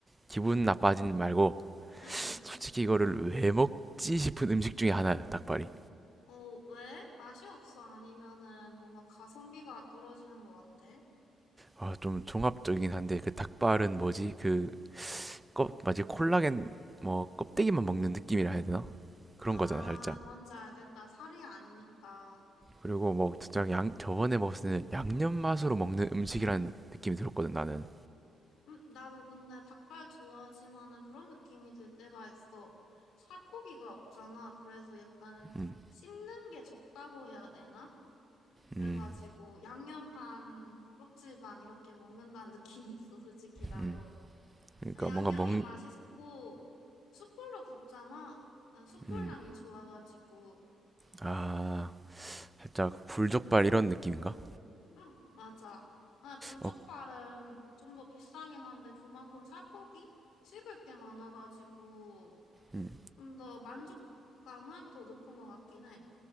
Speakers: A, on the right (about 15°); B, on the left (about 75°).
A: 기분 나빠진 말고
B: 응.
A: 솔직히 이거를 왜 먹지 싶은 음식 중에 하나야 닭발이
B: 어, 왜? 맛이 없어? 아니면은 뭔가 가성비가 떨어지는 것 같아?
A: 아 좀 종합적이긴 한데 그 닭발은 뭐지 그 껍 마치 콜라겐 뭐 껍데기만 먹는 느낌이라 해야 되나 그런
B: 아,
A: 거잖아 살짝
B: 뭔지 알겠다. 살이 아니니까.
A: 그리고 뭐 진짜 양 저번에 먹었을 때는 양념 맛으로 먹는 음식이란 느낌이 들었거든 나는
B: 음, 나도 근데 닭발 좋아하지만은 그런 느낌이 들 때가 있어. 살코기가 없잖아. 그래서 약간
A: 음
B: 씹는 게 적다고 해야 되나? 그래가지고
A: 음,
B: 양념 반, 껍질 반 이렇게 먹는다는 느낌이 있어, 솔직히 나도.
A: 음. 그러니까
B: 아, 양념이
A: 뭔가 먹
B: 맛있고 숯불로 굽잖아. 난 숯불
A: 음
B: 향이 좋아가지고.
A: 아 살짝 불족발 이런 느낌인가
B: 응, 맞아. 아, 불족발은
A: 어
B: 좀 더 비싸긴 한데 그만큼 살코기 씹을 게 많아가지고
A: 음.
B: 좀 더 만족감은 더 높은 것 같긴 해.